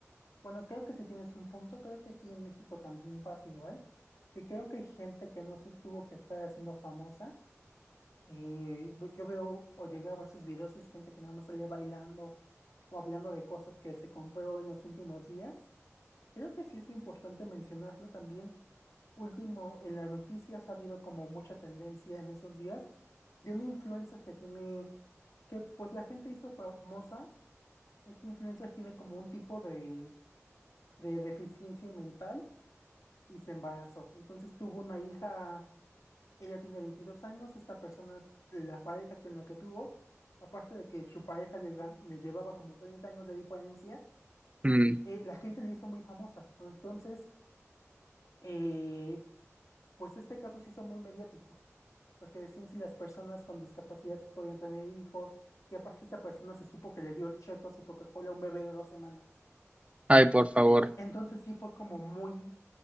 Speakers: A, on the left; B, on the right.
A: Bueno, creo que sí tienes un punto, creo que aquí en México también pasa igual, que creo que hay gente que no se tuvo que estar haciendo famosa. eh, yo veo o llegué a ver sus videos y es gente que nada más sale bailando o hablando de cosas que se compró en los últimos días. Creo que sí es importante mencionarlo también. Último, en las noticias ha habido como mucha tendencia en esos días de una influencer que tiene, que pues la gente hizo famosa, este influencer tiene como un tipo de de deficiencia mental y se embarazó. Entonces tuvo una hija, ella tiene 22 años, esta persona, la pareja que en la que tuvo, aparte de que su pareja le, gan- le llevaba como 30 años de diferencia,
B: Mm,
A: eh, la gente le hizo muy famosa. Entonces, eh, pues este caso se hizo muy mediático, porque decían si las personas con discapacidad podían tener hijos. Y aparte esa persona se supo que le dio chetos y Coca-Cola a un bebé de dos semanas.
B: Ay, por favor.
A: Entonces sí fue como muy,